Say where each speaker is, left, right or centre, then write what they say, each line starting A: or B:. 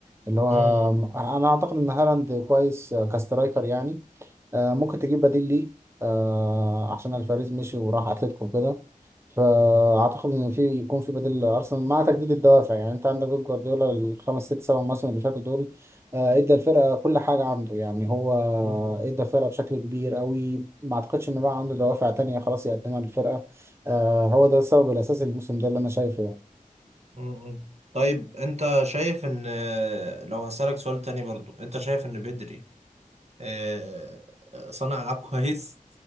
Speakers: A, on the right (about 20°); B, on the right (about 50°).
A: اللي هو
B: امم
A: انا اعتقد ان هالاند كويس آه، كسترايكر يعني آه، ممكن تجيب بديل ليه آه، عشان الفاريز مشي وراح اتلتيكو وكده فاعتقد ان في يكون في بديل لارسنال مع تجديد الدوافع يعني انت عندك بيب جوارديولا الخمس ست سبع مواسم اللي فاتوا دول آه، ادى الفرقه كل حاجه عنده يعني هو
B: مم.
A: ادى الفرقه بشكل كبير قوي ما اعتقدش ان بقى عنده دوافع تانية خلاص يقدمها للفرقه آه، هو ده السبب الاساسي الموسم ده اللي انا شايفه يعني
B: مم. طيب انت شايف ان آه، لو هسألك سؤال تاني برضو انت شايف ان بدري آه، صانع العاب كويس